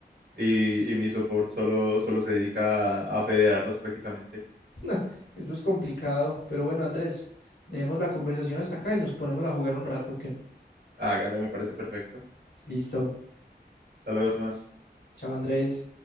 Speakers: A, on the right; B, on the left.
A: y, y mi support solo, solo se dedica a, a fedearlos prácticamente.
B: <laughs> Eso es complicado. Pero bueno, Andrés, dejemos la conversación hasta acá y nos ponemos a jugar un rato, ¿ok?
A: Hágale, me parece perfecto.
B: Listo.
A: Hasta luego, Tomás.
B: Chao, Andrés.